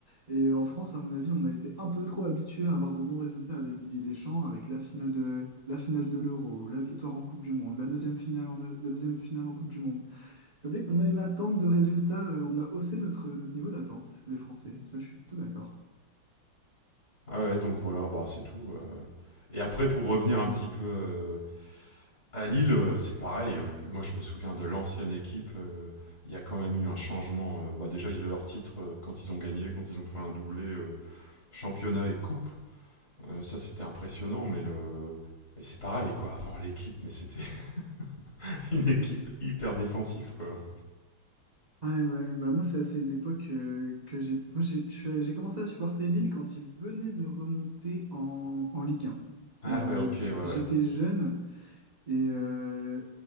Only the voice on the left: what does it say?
Ah ouais, donc voilà, bah c'est tout. euh. Et après, pour revenir un petit peu euh, à Lille, euh, c'est pareil. Euh, Moi, je me souviens de l'ancienne équipe. euh, Il y a quand même eu un changement. euh, bah déjà, il y a leur titre euh, quand ils ont gagné, quand ils ont fait un doublé euh, championnat et coupe. Euh, ça, c'était impressionnant. Mais le et c'est pareil quoi. Avant l'équipe, mais c'était <laughs> une équipe hyper défensive quoi.
Ah
ouais, ok,
ouais, ouais.